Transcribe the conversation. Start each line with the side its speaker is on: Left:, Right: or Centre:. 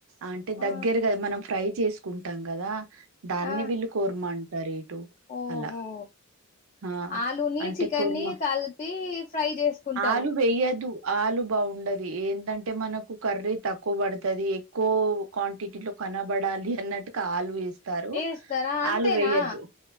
Right: అంటే దగ్గరగా
Left: ఆ
Right: మనం ఫ్రై చేసుకుంటాం కదా దాన్ని
Left: ఆ
Right: వీల్లు కూర్మ అంటారు ఇటు
Left: ఓహో
Right: అలా ఆ
Left: ఆలుని
Right: అంటే
Left: చికెన్
Right: కుర్మ
Left: ని కలిపి ఫ్రై చేసుకుంటారు
Right: ఆలు వేయ్యదు ఆలు బాగు ఉండది ఏంటంటే మనకు కర్రీ తక్కువ పడుతుది ఎక్కువ క్వాంటిటీ లో కనబడాలి అన్నట్టుగా ఆలు వేస్తారు
Left: ఏస్తారా అంతేనా
Right: ఆలు వేయొద్దు